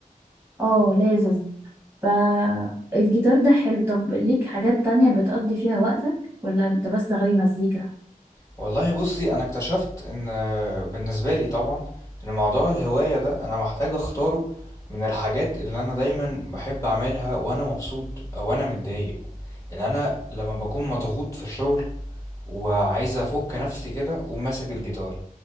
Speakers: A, on the right; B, on the left.
A: اه لازم ف الجيتار ده حلو طب ليك حاجات تانية بتقضي فيها وقتك ولا انت بس غاوي مزيكا
B: والله بصي انا اكتشفت ان بالنسبه لي طبعا ان موضوع الهوايه ده انا محتاج اختاره من الحاجات اللي انا دايما بحب اعملها وانا مبسوط او انا متضايق يعني انا لما بكون مضغوط في الشغل وعايز افك نفسي كده اقوم ماسك الجيتار